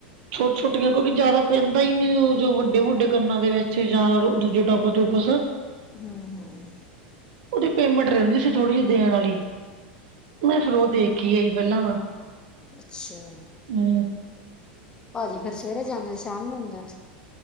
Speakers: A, on the right; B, on the left.
A: ਛੋਟ, ਛੋਟੀਆਂ ਕਿਉਂਕਿ ਜ਼ਿਆਦਾ ਪੈਂਦਾ ਈ ਨਈ ਜੋ ਵੱਡੇ, ਵੱਡੇ ਕੰਨਾਂ ਦੇ ਵਿੱਚ ਜਾਂ ਦੂਜੇ ਟੋਪ ਟੌਪਸ
B: ਹੁੰ ਹੁੰ
A: ਓਦੀ ਪੇਮੈਂਟ ਰੈਂਦੀ ਸੀ ਥੋੜ੍ਹੀ ਜਿ ਦੇਣ ਆਲੀ ਮੈਂ ਫੇਰ ਓ ਦੇਖੇ ਆਈ ਪੈਲਾਂ ਤਾਂ।
B: ਅੱਛਾ
A: ਹੁੰ
B: ਭਾਜੀ, ਫੇਰ ਸਵੇਰੇ ਜਾਨੇ, ਸ਼ਾਮ ਨੂੰ ਹੁੰਦਾ।